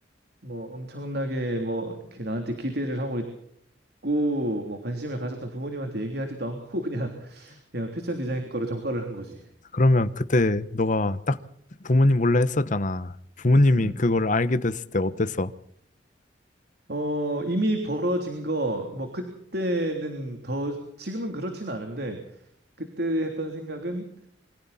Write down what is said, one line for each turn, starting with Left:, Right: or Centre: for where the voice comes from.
Right: 뭐 엄청나게 뭐 이렇게 나한테 기대를 하고 있고 뭐 관심을 가졌던 부모님한테 얘기하지도 않고 <laughs> 그냥 그냥 패션 디자인 거로 전과를 한 거지.
Left: 그러면 그때 너가 딱 부모님 몰래 했었잖아. 부모님이
Right: 음.
Left: 그걸 알게 됐을 때 어땠어?
Right: 어, 이미 벌어진 거 뭐 그때는 더 지금은 그렇진 않은데 그때 했던 생각은